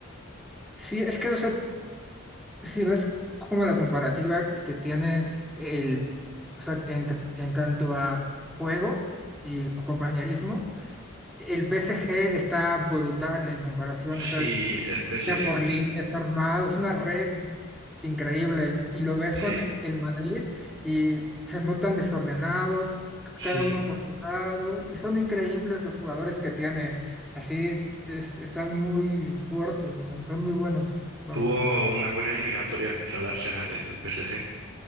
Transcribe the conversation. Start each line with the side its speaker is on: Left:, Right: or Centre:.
Centre: Sí, es que, o sea, si ves como la comparativa que tiene el, o sea, en, en tanto a juego y compañerismo, el PSG está brutal en comparación,
Right: Sí,
Centre: o sea, es-
Right: el PSG,
Centre: línea por línea,
Right: sí.
Centre: está armado, es una red increíble. Y lo ves
Right: Sí,
Centre: con el Madrid y se notan desordenados, c-
Right: sí.
Centre: cada uno por su lado, y son increíbles los jugadores que tiene. Así es- están muy fuertes, o sea, son muy buenos, vamos.
Right: Tuvo una buena eliminatoria contra el Arsenal, ¿eh? El PSG.